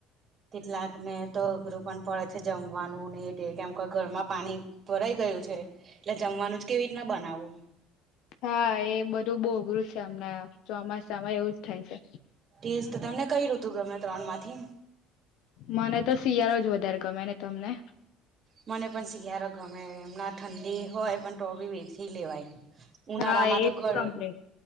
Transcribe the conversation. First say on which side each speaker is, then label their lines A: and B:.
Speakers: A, on the right; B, on the left.
A: કેટલાક ને તો અઘરું પણ પડે છે જમવાનું ને તે કેમ કે ઘરમાં પાણી ભરાઈ ગયું છે એટલે જમવાનું જ કેવી રીતના બનાવવું
B: હા એ બધું બઉ અઘરું છે અમણાં ચોમાસામાં એવું જ થાય છે.
A: તે જ તો તમને કઈ ઋતુ ગમે ત્રણ માંથી
B: મને તો શિયાળો જ વધારે ગમે ને તમને
A: મને પણ શિયાળો ગમે એમના ઠંડી હોય પણ તો બી એસી લેવાય ઉનાળામાં
B: હા એજ
A: તો ઘર
B: કમ્પ્લીટ